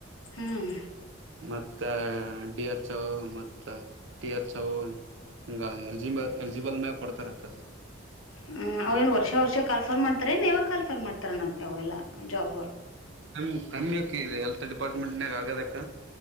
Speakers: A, on the left (about 80°); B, on the right (about 60°).
A: ಹ್ಮ್
B: ಮತ್ತ? ಡಿ ಎಚೊ ಮತ್ತ ಟಿ ಹೆಚ್ ಓ ಹಂಗ ಎಲ್ಜಿಬ ಎಲ್ಜಿಬಲ್ ಮೇಲ್ ಕೊಡ್ತಾರ್ ಅಕ್ಕ
A: ಹ್ಮ್ ಅವೇನ್ ವರ್ಷ ವರ್ಷ ಕಾಲ್ಫರ್ ಮಾಡ್ತಾರ ಏನ್ ಯಾವಾಗ್ ಕಾಲ್ಫರ್ ಮಾಡ್ತಾರ್ ನಪ್ಪಿ ಅವೆಲ್ಲಾ ಜಾಬ್ಗ.
B: ಕಮ್ ಕಮ್ಮಿಕಿ ಇದು ಹೆಲ್ತ್ ಡಿಪಾರ್ಟ್ಮೆಂಟ್ನ್ಯಾಗ್ ಆಗದಕ್ಕ.